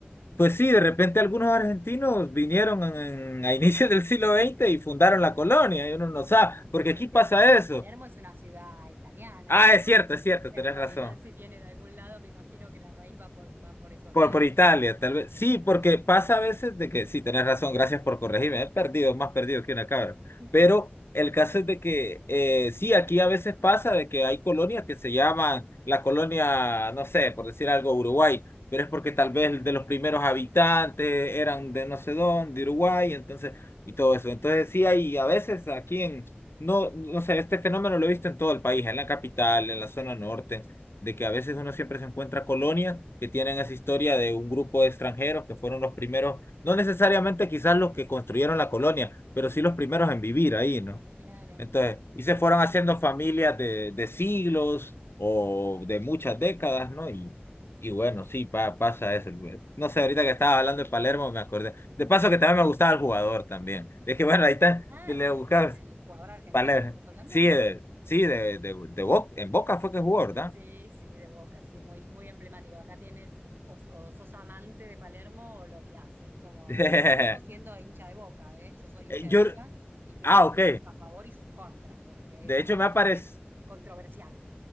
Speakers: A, on the left; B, on the right.
A: Pues sí, de repente algunos argentinos vinieron en- a inicios del siglo XX
B: <laughs>
A: y fundaron la colonia, y uno no sabe, porque
B: ¿Por
A: aquí
B: qué
A: pasa
B: no? Bueno,
A: eso.
B: Palermo es una ciudad italiana,
A: Ah,
B: ¿no?
A: es cierto, es cierto,
B: En
A: tenés
B: realidad,
A: razón.
B: si viene de algún lado, me imagino que la raíz va por, va por esos
A: Por,
B: lados.
A: por Italia, tal vez. Sí, porque pasa a veces de que, sí, tenés razón, gracias por corregirme, he perdido, más perdido que una cabra.
B: <laughs>
A: Pero el caso es de que, eh, sí, aquí a veces pasa de que hay colonias que se llaman la colonia, no sé, por decir algo, Uruguay, pero es porque tal vez de los primeros habitantes eran de no sé dónde, de Uruguay, entonces, y todo eso. Entonces, sí, hay a veces aquí en, no, no sé, este fenómeno lo he visto en todo el país, en la capital, en la zona norte de que a veces uno siempre se encuentra colonias que tienen esa historia de un grupo de extranjeros que fueron los primeros, no necesariamente quizás los que construyeron la colonia, pero sí los primeros en vivir ahí, ¿no?
B: Claro,
A: Entonces,
B: sí, sí, sí,
A: y se
B: interesante.
A: fueron haciendo familias de, de siglos o de muchas décadas, ¿no? Y, y bueno, sí, pa- pasa eso. No sé, ahorita que estaba hablando de Palermo me acordé.
B: <laughs>
A: De paso
B: Te
A: que
B: vino.
A: también me gustaba el jugador también. Es que bueno, ahí está,
B: Ah,
A: le
B: ¿lo-
A: buscabas
B: ¿el jugador argentino
A: Palermo.
B: me estás hablando?
A: Sí, eh, sí, de,
B: Ah,
A: de, de Bo- en Boca fue que jugó, ¿verdad?
B: Sí, sí, de Boca, sí, muy, muy emblemático. Acá tienes, o, o sos amante de Palermo o lo odias. Es como,
A: <laughs> Eh,
B: incluso siendo hincha de Boca, ¿eh? Yo soy hincha de
A: Yo,
B: Boca y tiene
A: ah,
B: como
A: ok.
B: sus a favor y sus contras, porque
A: De
B: es como
A: hecho,
B: bastante
A: me ha parec-
B: controversial.